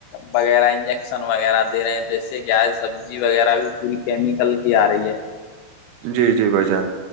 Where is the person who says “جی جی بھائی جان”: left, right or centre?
Right